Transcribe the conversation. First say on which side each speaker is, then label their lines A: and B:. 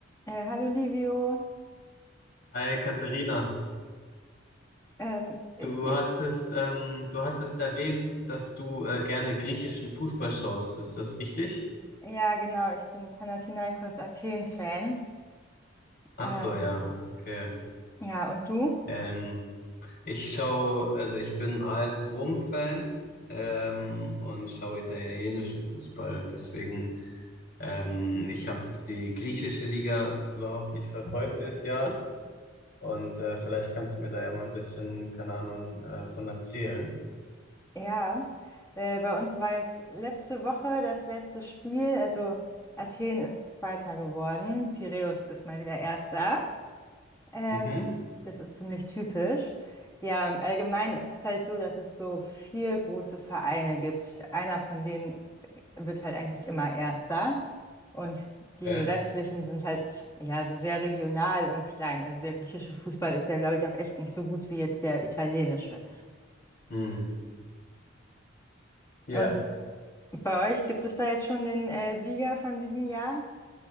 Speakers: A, on the left; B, on the left.
A: Äh, hallo Livio,
B: Hi Katharina,
A: ähm, ist
B: du
A: die,
B: hattest, ähm, du hattest erwähnt, dass du äh, gerne griechischen Fußball schaust. Ist das richtig?
A: ja genau, ich bin Panathinaikos Athen-Fan.
B: Ach
A: Ähm,
B: so, ja, okay.
A: ja, und du?
B: Ähm, ich schaue, also ich bin AS Rom-Fan ähm, und schaue italienischen Fußball. Deswegen, ähm, ich habe die griechische Liga überhaupt nicht verfolgt dieses Jahr. Und äh, vielleicht kannst du mir da ja mal ein bisschen, keine Ahnung, äh, von erzählen.
A: Ja, äh, bei uns war jetzt letzte Woche das letzte Spiel, also Athen ist Zweiter geworden, Piräus ist mal wieder Erster. Ähm,
B: Mhm.
A: das ist ziemlich typisch. Ja, und allgemein ist es halt so, dass es so vier große Vereine gibt. Einer von denen wird halt eigentlich immer Erster. Und die
B: Okay.
A: restlichen sind halt ja so sehr regional und klein. Also der griechische Fußball ist ja, glaube ich, auch echt nicht so gut wie jetzt der italienische.
B: Mhm. Ja.
A: Und bei euch gibt es da jetzt schon den äh, Sieger von diesem Jahr?